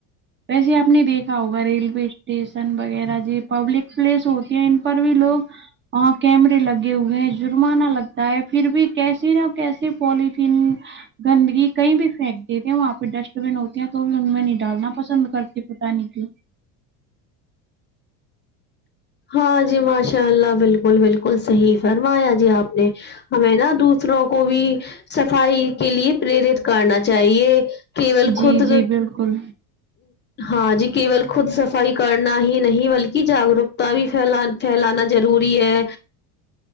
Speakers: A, on the right; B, on the left.
A: ویسے آپ نے دیکھا ہوگا ریلوے اسٹیشن وغیرہ جی پبلک پلیس ہو ان پر بھی لوگ وہاں کیمرے لگے ہوئے ہیں جرمانہ لگتا ہے پھر بھی کیسے نہ کیسے پالتھین گندگی کہیں بھی پھییک دیتے ہیں وہاں پہ ڈسٹ بین ہوتی ہیں تو بھی ان میں نہیں ڈالنا پسند کرتی پتا نہیں کیوں
B: ہاں جی ماشاء اللہ بالکل بالکل صحیح فرمایا جی آپ نے ہمیں نا دوسروں کو بھی صفائی کے لیے پرییرت کرنا چاہیے کیول
A: جی
B: خود
A: جی بالکل
B: ہاں جی کیول خود صفائی کرنا ہی نہیں بلکہ جاگروک تا بھی فھیلان پھیلانا بھی ضروری ہے